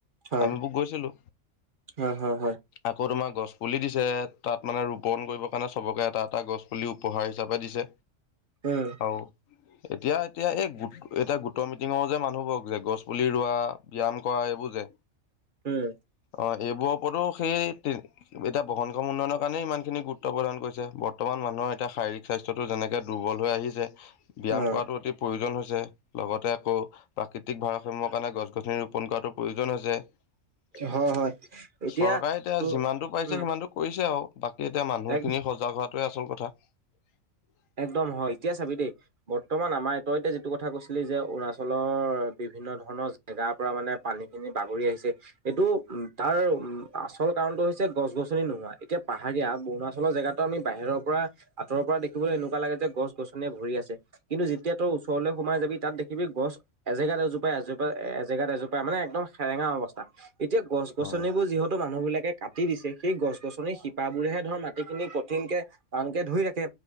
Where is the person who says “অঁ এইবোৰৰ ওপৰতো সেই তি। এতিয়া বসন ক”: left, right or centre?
Left